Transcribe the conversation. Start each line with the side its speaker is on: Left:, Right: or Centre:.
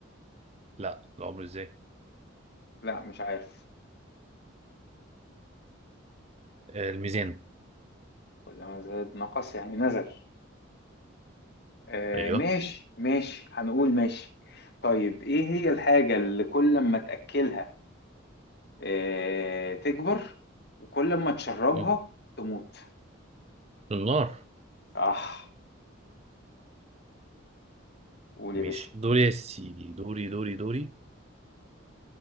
Right: لا العمر ازاي
Left: لا مش عارف
Right: آه الميزان
Left: كلما زاد نقص يعني نزل آه
Right: ايوه
Left: ماشي ماشي هنقول ماشي طيب ايه هي الحاجة اللي كل ما تأكلها آه تكبر وكل ما تشربها
Right: مم.
Left: تموت
Right: النار
Left: صح قول يا
Right: ماشي
Left: باشا
Right: دوري يا سيدي دوري دوري دوري